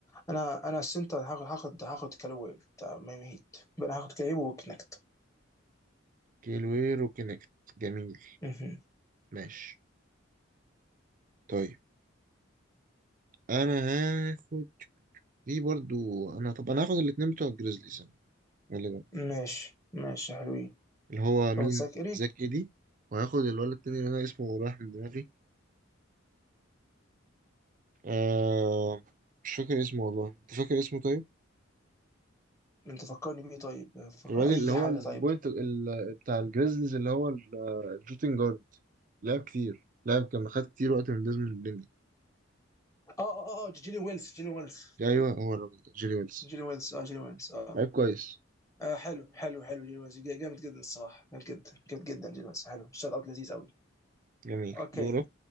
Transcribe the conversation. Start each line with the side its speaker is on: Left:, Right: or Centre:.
Left: انا انا السنتر هاخد هاخد هاخد كالوي بتاع ميامي هيت يبقى انا هاخد كالوي وكنكت
Right: كيلوير وكينكت جميل
Left: مهم.
Right: ماشي طيب أنا هاخد في برضو أنا طب أنا هاخد الاتنين بتوع الجريزليز أنا غالبا
Left: ماشي ماشي حلوين
Right: اللي هو مين
Left: لو تذاكري
Right: زاك إيدي وهاخد الولد التاني اللي أنا اسمه رايح من دماغي آه مش فاكر اسمه والله أنت فاكر اسمه طيب؟
Left: انت فكرني بيه طيب فكر
Right: الواد
Left: اي
Right: اللي هو
Left: حاجه
Right: البوينت
Left: طيب
Right: ال- بتاع الجريزليز اللي هو ال- الشوتنج جارد لعب كتير لعب كان خد كتير وقت من ديزموند بين
Left: اه اه اه جيلين ويلز جيلين ويلز
Right: ايوه هو الراجل ده جيري ويلز
Left: جيلين ويلز اه جيلين ويلز اه
Right: لعب كويس
Left: آه حلو حلو حلو جيلين ويلز جامد جدا الصراحه جامد جدا جامد جدا جيلين ويلز حلو شوت اوت لذيذ قوي
Right: جميل
Left: اوكي
Right: دوره